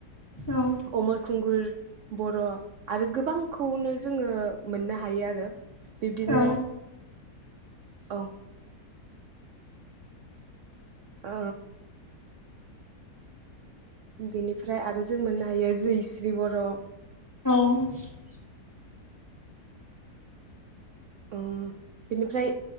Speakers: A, on the left; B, on the right.
A: औ
B: अमर खुंगुर बर' आरो गोबांखौनो जोङो मोननो हायो आरो। बिब्दिनो
A: औ औ
B: औ ओ बेनिफ्राय आरो जों मोननो हायो जैस्रि बर
A: <unintelligible>
B: अम बेनिफ्राय